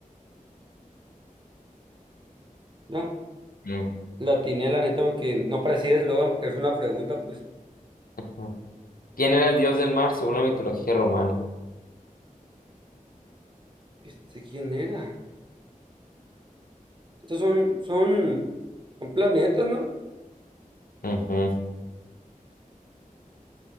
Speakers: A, on the right (about 35°); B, on the left (about 80°).
A: No,
B: Mm,
A: la atiné, la neta, porque no parecía eslogan, porque es una pregunta, pues,
B: ujú. ¿Quién era el dios del mar según la mitología romana?
A: ¿este quién era? Estos son, son, son planetas, ¿no?
B: Ujú.